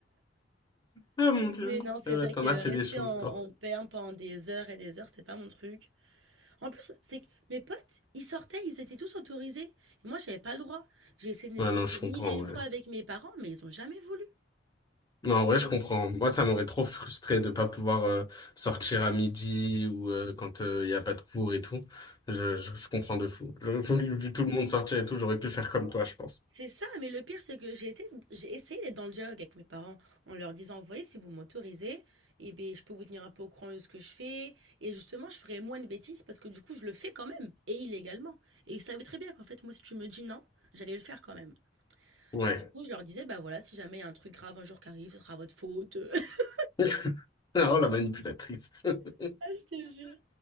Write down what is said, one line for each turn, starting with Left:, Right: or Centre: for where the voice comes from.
Left: Ah mon Dieu.
Right: Mais non, c'est
Left: Ah
Right: vrai
Left: ouais, t'en
Right: que
Left: as fait
Right: rester
Left: des choses,
Right: en, en
Left: toi.
Right: perme pendant des heures et des heures, c'était pas mon truc. En plus, c'est que mes potes, ils sortaient, ils étaient tous autorisés. Et moi, j'avais pas le droit. J'ai essayé de négocier
Left: Ouais, non, je comprends,
Right: mille et une
Left: ouais.
Right: fois avec mes parents, mais ils ont jamais voulu.
Left: Non, en vrai, je comprends. Moi, ça m'aurait trop frustré de pas pouvoir euh, sortir à midi ou euh, quand il n'y a pas de cours et tout. Je, je, je comprends de fou. J'aurais <laughs> voulu, vu tout le monde sortir et tout, j'aurais pu faire comme toi, je pense.
Right: C'est ça, mais le pire, c'est que j'ai été, j'ai essayé d'être dans le dialogue avec mes parents en leur disant, vous voyez, si vous m'autorisez, eh bien, je peux vous tenir un peu au courant de ce que je fais. Et justement, je ferai moins de bêtises parce que du coup, je le fais quand même, et illégalement. Et ils savaient très bien qu'en fait, moi, si tu me dis non, j'allais le faire quand même.
Left: Ouais.
Right: Du coup, je leur disais, bah voilà, si jamais il y a un truc grave un jour qui arrive, ce sera votre faute. <laughs>
Left: <laughs> Oh, la manipulatrice. <laughs>
Right: Ah, je te jure.